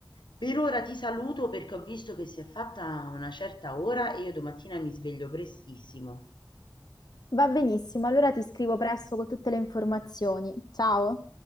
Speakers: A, on the left; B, on the left.
A: Per ora ti saluto perché ho visto che si è fatta una certa ora e io domattina mi sveglio prestissimo.
B: Va benissimo, allora ti scrivo presto con tutte le informazioni. Ciao!